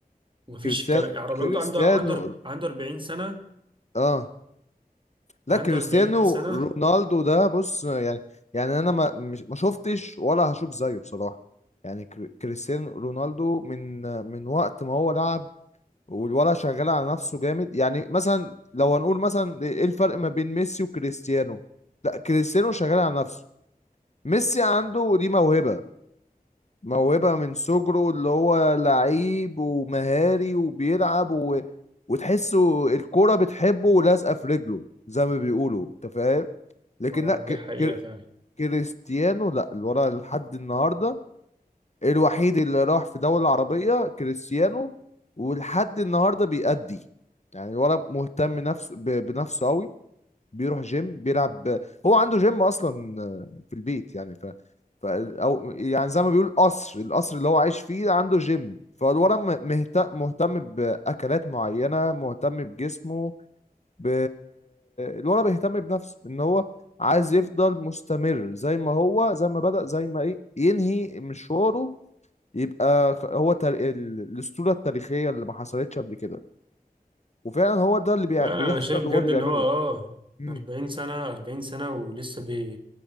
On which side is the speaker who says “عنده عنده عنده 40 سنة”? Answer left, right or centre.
Right